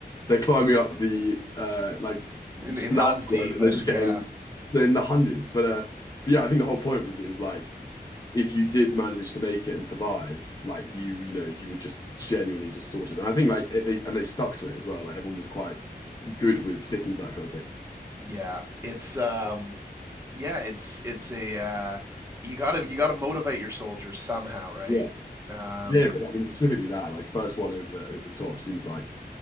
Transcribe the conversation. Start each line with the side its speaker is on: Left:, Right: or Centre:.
Left: they're climbing up the uh like
Right: in
Left: slab
Right: in Helm's Deep,
Left: or whatever, and
Right: and
Left: they're just
Right: yeah,
Left: getting they're in the hundreds. But uh but yeah, I think the whole point was is like if you did manage to make it and survive, like you you know you were just genuinely just sorted. And I think like it, they and they stuck to it as well. Like everyone was quite good with sticking to that kind of thing.
Right: yeah, it's um yeah, it's it's a uh, you gotta you gotta motivate your soldiers somehow, right?
Left: Yeah.
Right: Um,
Left: Yeah, but I mean specifically that like first one over the over the top seems like